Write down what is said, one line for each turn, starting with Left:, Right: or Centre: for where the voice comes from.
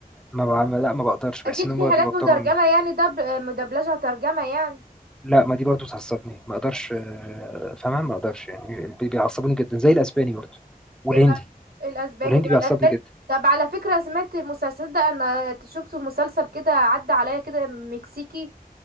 Centre: ما بعمل لا ما بقدرش بحس
Right: اكيد
Centre: ان هم
Right: في حاجات
Centre: بيوتروني
Right: مترجمة يعني دب مدبلجة ترجمة يعني
Centre: لا ما دي برضو بتعصبني ما اقدرش آه، فاهمها ما اقدرش يعني بي- بيعصبوني جدا زي الاسباني برضو والهندي
Right: يبقى الاسباني
Centre: والهندي
Right: بقى
Centre: بيعصبني
Right: الاسباني
Centre: جدا
Right: طب على فكرة سمعت المسلسل ده انا شفت مسلسل كده عدى عليا كده مكسيكي